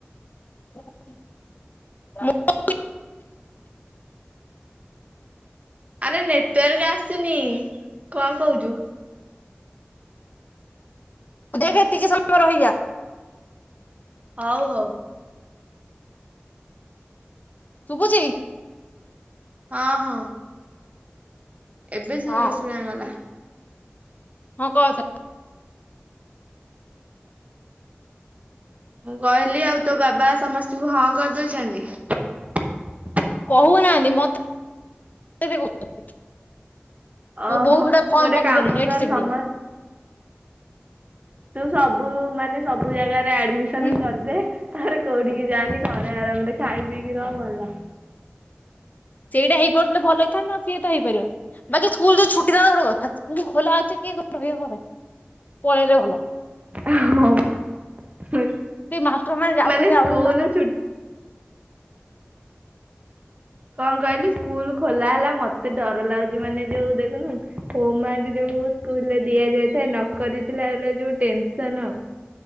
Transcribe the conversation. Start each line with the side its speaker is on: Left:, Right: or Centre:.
Left: <inaudible>
Right: ଆରେ ନେଟୱାର୍କ ଆସିନି। କଣ କହୁଚୁ?
Left: ତୁ ଦେଖେ ଏତିକି ସମୟ ରହିଯା।
Right: ହଉ ହଉ।
Left: ଶୁଭୁଚି?
Right: ହଁ, ହଁ। ଏବେ ଯେ
Left: ହଁ
Right: ଶୁଣ ଗଲା।
Left: ହଁ କ ଏଥ
Right: ମୁଁ କହିଲି ଆଉ ତୋ ବାବା ସମସ୍ତଙ୍କୁ ହଁ କରିଦଉଚନ୍ତି।
Left: କହୁନାହାନ୍ତି ମୋତେ ବି କହୁ ନାହାନ୍ତି।
Right: ଓହୋ
Left: ତୋ ବହୁ ଗୁଡା ଫର୍ମ
Right: ଗୋଟେ
Left: ପକେଇ
Right: କାମ
Left: ସାରିଲେଣି
Right: କର
Left: ଏଠି ସେଠି
Right: ସମ
Left: ଯାଇ।
Right: ତୁ ସବୁ ମାନେ ସବୁ ଜାଗାର ରେ ଆଡମିସନ୍
Left: ହୁଁ
Right: କରିଦେ ତାପରେ କୋଉଠିକି ଯାଆନି। ଘରେ ଆରାମରେ ଖାଇ ପିଇକି ରହ ଭଲ।
Left: ସେଇଟା ହେଇପାରୁଥିଲେ ଭଲ ହେଇଥାନ୍ତା, ଆଉ ସିଏ ତ ହେଇପାରିବନି ବାକି ସ୍କୁଲ୍ ତ ଛୁଟି ଥାଆନ୍ତା ଗୋଟେ କଥା, ସ୍କୁଲ୍ ଖୋଲା ଅଛି କିଏ ସେ ରହିବ ଘର, ପଳେଇଲେ ଭଲ।
Right: ଏ ହଁ ବା ହୁଁ,
Left: ସେ ମାଷ୍ଟର ଯାଉଛନ୍ତି
Right: ମାନେ
Left: ଆଉଛନ୍ତି
Right: ସ୍କୁଲ୍
Left: ତାଙ୍କର
Right: ଛୁ କଣ କହିଲୁ ସ୍କୁଲ୍ ଖୋଲା ହେଲା ମୋତେ ଡର ଲାଗୁଚି, ମାନେ ଯୋଉ ଦେଖୁନୁ ହୋମୱାର୍କ ଯୋଉ ସ୍କୁଲ୍ ରେ ଦିଆଯାଇଥାଏ ନକରିଥିଲା ବେଳେ ଯୋଉ ଟେନସନ୍।